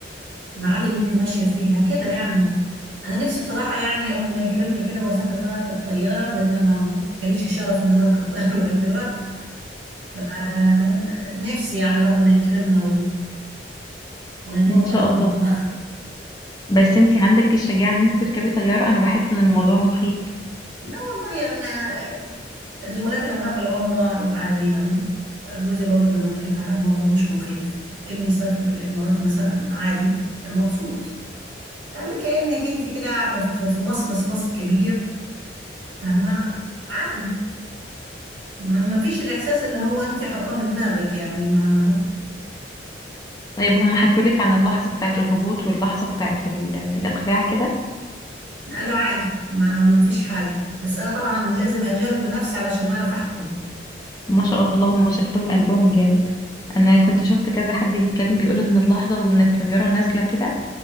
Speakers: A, on the right; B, on the left.
A: المعالم اللي انت ماشيه فيها كده يعني انا نفسي بصراحه يعني ربنا يكرمني كده واسافر بقى اركب طياره لان انا ما جاليش الشرف ان انا اركب طياره <laughs> لغايه دلوقتي آه نفسي يعني ربنا يكرمنا و... ونتوكل
B: ان شاء
A: على الله
B: الله
A: <laughs>
B: بس انت عندك الشجاعة ان انت تركبي طيارة انا بحس ان الموضوع مخيف
A: لا والله يعني انا زملاتي لما راحوا العمره قالوا عادي يعني جوزي برضو لما ركبها الموضوع مش مخيف ابني سافر الامارات مثلا عادي كان مبسوط يعني كأنك انت كده قاعدة في في باص بس باص كبير فاهمة عادي ما ما فيش الإحساس اللي هو انت حاطاه في دماغك يعني ما
B: طيب هم حكولك عن اللحظة بتاعة الهبوط واللحظة بتاعة ال- الإقلاع كده
A: قالوا عادي ما ما فيش حاجة بس أنا طبعا لازم أجرب بنفسي علشان أعرف أحكم
B: ما شاء الله هم شكلهم قلبهم جامد أنا كنت شفت كذا حد بيتكلم بيقول إن اللحظة وإن الطيارة نازلة كده